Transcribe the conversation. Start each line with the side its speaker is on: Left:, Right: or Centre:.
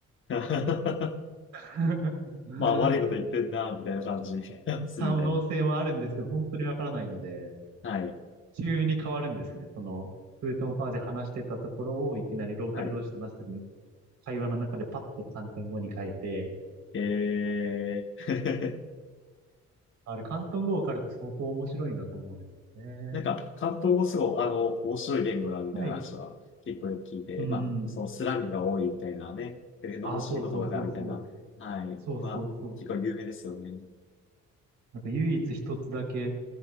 Left: <laughs>
Right: <laughs>
Left: まあ、悪いこと言ってんな、みたいな感じ <laughs> するみたいな。
Right: 可能性はあるんですけど、本当にわからないので、
Left: はい。
Right: 急に変わるんですね。その、フートンファーで話してたところを、いきなりローカル同士で話すときに、
Left: はい。
Right: 会話の中でパッと広東語に変えて、
Left: えー
Right: あれ、広東語わかると相当面白いんだと思うんですよね。
Left: <laughs> なんか、関東語すごい、あの、面白い言語だ、みたいな話は結構よく聞いて、
Right: はい。うん。
Left: まあ、そのスラングが多いみたいなね、えー罵り言葉が、
Right: あ、そうそうそうそう。
Left: みたいな、はい。
Right: そうそうそう
Left: まあ、結構有名ですよね。
Right: なんか唯一一つだけ、